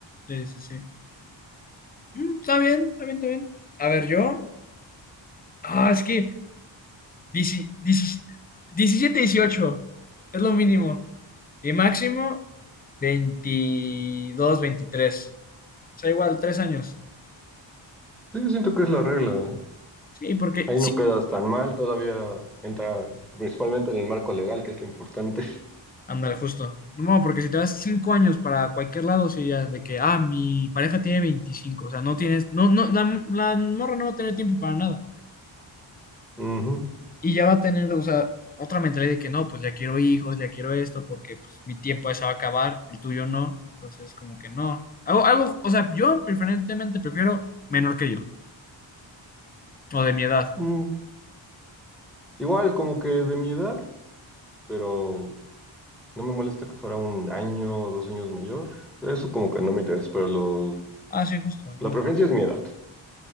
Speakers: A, on the left (about 20°); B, in the centre.
A: sí, sí, sí. Mm, está bien, está bien, está bien. A ver, yo. Ah, es que 17, 17 18 es lo mínimo. Y máximo 22, veintitrés O sea, igual, tres años.
B: Sí, siento que es la regla.
A: Sí, porque
B: Ahí
A: sí.
B: no quedas tan mal, todavía entra principalmente en el marco legal, que es lo importante.
A: Ándale, justo. No, porque si te das cinco años para cualquier lado, sí, ya, de que, ah, mi pareja tiene veinticinco o sea, no tienes, no, no, la, la morra no va a tener tiempo para nada.
B: <laughs> Ujú.
A: Y ya va a tener, o sea, otra mentalidad de que no, pues ya quiero hijos, ya quiero esto, porque pues mi tiempo ya se va a acabar, el tuyo no. Entonces, como que no. Algo, algo, o sea, yo preferentemente prefiero menor que yo, o de mi edad.
B: Mm, Igual, como que de mi edad, pero no me molesta que fuera un año o dos años mayor. Eso como que no me interesa, pero lo,
A: Ah, sí, justo, igual.
B: la preferencia es mi edad.